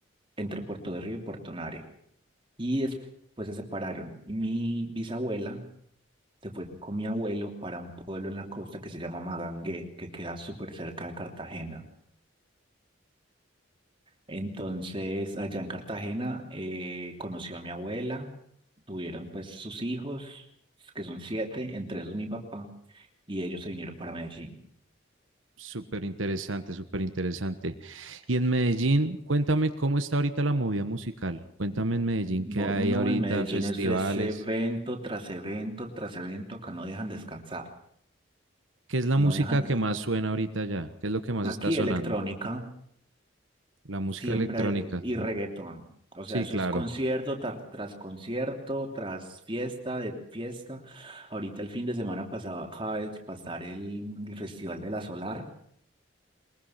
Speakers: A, on the right; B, on the right.
A: entre Puerto de Río y Puerto Nare. Y después se separaron. Y mi bisabuela se fue con mi abuelo para un pueblo en la costa que se llama Magangué, que queda súper cerca de Cartagena. Entonces, allá en Cartagena eh, conoció a mi abuela, tuvieron pues sus hijos, que son siete, entre esos mi papá, y ellos se vinieron para Medellín.
B: Súper interesante, súper interesante. Y en Medellín, cuéntame cómo está ahorita la movida musical. Cuéntame en Medellín
A: Bo-
B: qué hay
A: No,
B: ahorita,
A: en Medellín
B: festivales,
A: eso es evento tras evento tras evento, acá no dejan descansar,
B: qué es la
A: no
B: música
A: dejan...
B: que más suena ahorita ya, qué es lo que más
A: Aquí
B: está sonando,
A: electrónica.
B: la música
A: Siempre
B: electrónica.
A: hay, y reggaetón. O
B: Sí,
A: sea, eso
B: claro.
A: es concierto tar- tras concierto, tras fiesta de fiesta. Ahorita el fin de semana pasado acaba de pasar el, el Festival de la Solar,